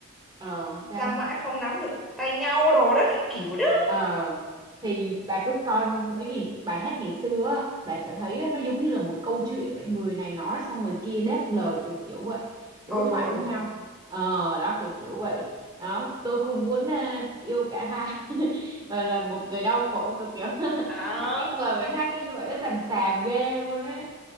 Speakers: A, on the right; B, in the centre.
A: ờ sao
B: sao mãi không nắm được tay nhau đồ đó cái kiểu đó
A: Ờ, thì bà cứ coi mấy cái bài hát ngày xưa á, bà sẽ thấy á, nó giống như là một câu chuyện vậy người này nói xong người kia đáp lời kiểu kiểu vậy
B: ừ
A: đối thoại
B: ừ
A: với nhau ờ đó kiểu kiểu vậy đó tôi không muốn à, yêu cả hai <laughs> và là một người đau khổ kiểu kiểu <laughs>
B: đó,
A: cái lời bài hát nó như vậy nó xàm xàm ghê luôn á